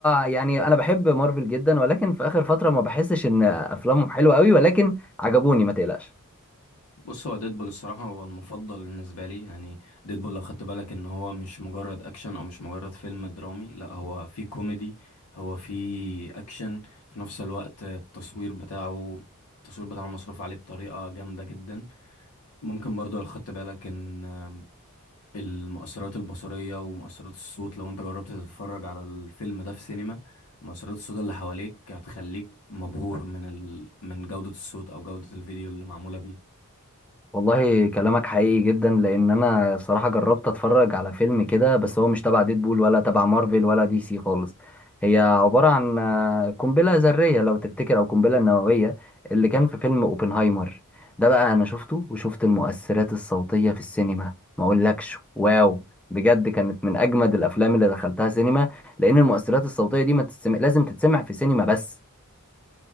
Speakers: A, in the centre; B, on the left (about 75°).
A: يعني انا بحب مارفل جدا ولكن في اخر فتره ما بحسش ان افلامهم حلوه قوي ولكن عجبوني ما تقلقش
B: بص هو ديدبول الصراحة هو المفضل بالنسبة لي يعني ديدبول لو خدت بالك ان هو مش مجرد اكشن او مش مجرد فيلم درامي لا هو فيه كوميدي هو فيه اكشن في نفس الوقت التصوير بتاعه التصوير بتاعه مصروف عليه بطريقة جامدة جدا ممكن برضو لو خدت بالك ان آم، المؤثرات البصرية ومؤثرات الصوت لو انت جربت تتفرج على الفيلم ده في سينما مؤثرات الصوت اللي حواليك هتخليك مبهور من ال... من جودة الصوت او جودة الفيديو اللي معمولة بيه
A: والله كلامك حقيقي جدا لان انا صراحه جربت اتفرج على فيلم كده بس هو مش تبع ديدبول ولا تبع مارفل ولا دي سي خالص هي عباره عن آه، قنبله ذريه لو تفتكر او قنبله نوويه اللي كان في فيلم اوبنهايمر ده بقى انا شفته وشفت المؤثرات الصوتيه في السينما ما اقولكش واو بجد كانت من اجمد الافلام اللي دخلتها سينما لان المؤثرات الصوتيه دي ما تتسمع لازم تتسمع في سينما بس